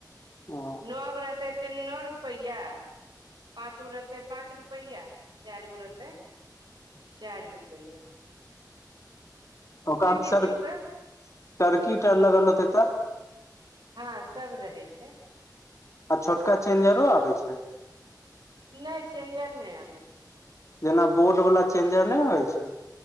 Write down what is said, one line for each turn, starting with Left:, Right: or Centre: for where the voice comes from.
Right: <inaudible>
Left: ओ
Right: नब रहतै तऽ नौअ रुपैआ पाँच गो रहतै पाँच रुपैया चाइर गो रहतै <inaudible> चाइर रुपैये
Left: ओका मे
Right: किसिम
Left: सर
Right: के
Left: <inaudible> सरकीट अ लगल होतै तऽ
Right: हँ सब रहै छै
Left: आ छोटका चेंजरो आबे छै
Right: नै चेंजर नै आबै छै
Left: जेना बोर्ड वला चेंजर नै होइ छै